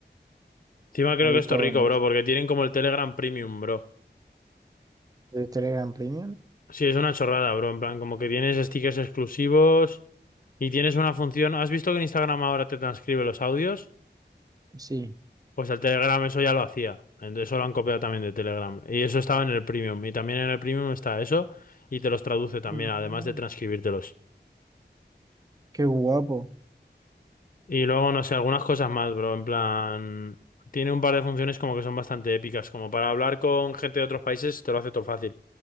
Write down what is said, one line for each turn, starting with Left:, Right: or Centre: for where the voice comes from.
Left: Encima creo
Right: Ahí
Left: que esto
Right: todo
Left: es rico,
Right: en
Left: bro,
Right: eso.
Left: porque tienen como el Telegram Premium, bro.
Right: ¿De Telegram Premium?
Left: Sí, es una chorrada, bro. En plan, como que tienes stickers exclusivos. Y tienes una función. ¿Has visto que en Instagram ahora te transcribe los audios?
Right: Sí.
Left: Pues el Telegram eso ya lo hacía. Entonces eso lo han copiado también de Telegram. Y eso estaba en el Premium. Y también en el Premium está eso. Y te los traduce también,
Right: Ujú.
Left: además de transcribírtelos.
Right: Qué guapo.
Left: Y luego, no sé, algunas cosas más, bro. En plan. Tiene un par de funciones como que son bastante épicas. Como para hablar con gente de otros países, te lo hace todo fácil.